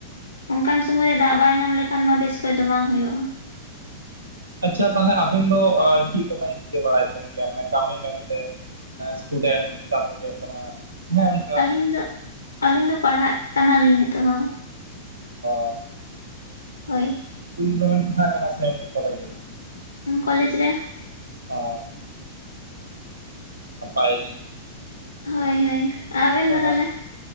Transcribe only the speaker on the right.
ᱟᱪᱪᱷᱟ ᱛᱟᱦᱞᱮ ᱟᱵᱤᱱ ᱫᱚ ᱟ ᱪᱮᱫ ᱠᱚᱵᱮᱱ ᱪᱤᱠᱟᱹ ᱵᱟᱲᱟᱭ ᱛᱟᱦᱮᱱ ᱜᱮᱭᱟ ᱢᱟᱱᱮ ᱠᱟᱹᱢᱤ ᱢᱮᱱᱛᱮ? ᱥᱴᱩᱰᱮᱱᱴ ᱛᱟᱨᱯᱚᱨ ᱦᱩᱭᱩᱜᱜ ᱠᱟᱱᱟ ᱦᱮᱸ ᱚᱱᱠᱟ
ᱚ᱾
ᱤᱥᱠᱩᱞ ᱨᱮᱵᱮᱱ ᱯᱟᱲᱦᱟᱜ ᱠᱟᱱᱟ ᱥᱮ ᱮᱢᱱᱤ ᱠᱚᱞᱮᱡᱽ ᱨᱮ?
ᱚ᱾ ᱱᱟᱯᱟᱭ ᱜᱮ᱾
ᱯᱟᱲᱦᱟᱜ